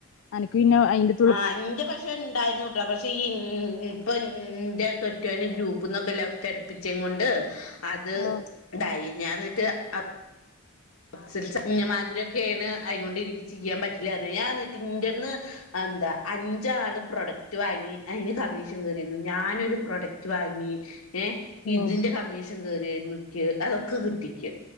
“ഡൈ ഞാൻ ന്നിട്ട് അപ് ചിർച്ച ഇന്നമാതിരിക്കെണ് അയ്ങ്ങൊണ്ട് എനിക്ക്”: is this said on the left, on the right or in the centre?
Left